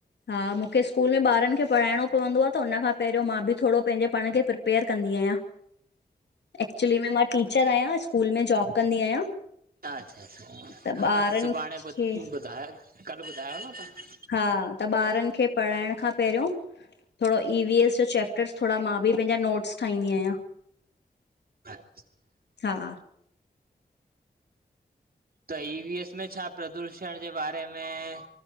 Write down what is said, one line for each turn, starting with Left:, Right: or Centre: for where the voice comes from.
Left: हा मूंखे स्कूल में ॿारनि खे पढ़ाइणो पवंदो आहे त हुन खां पहिरियों मां बि थोरो पंहिंजे पाण खे पेयर कंदी आहियां। एक्चुली में मां टीचर आहियां। स्कूल में जॉब कंदी आहियां।
Right: अच्छा अच्छा हा
Left: त
Right: खाद
Left: ॿारनि
Right: सुभाणेध कल्ह
Left: खे
Right: ॿुधायो न तव्हां?
Left: हा त ॿारनि खे पढ़ाइण खां पहिरियों थोरो ई वी एस जो चैप्टरस थोरा मां बि पंहिंजा नोट्स ठाहींदी आहियां।
Right: अचछा
Left: हा
Right: त ई वी एस में छा प्रदूषण जे बारे में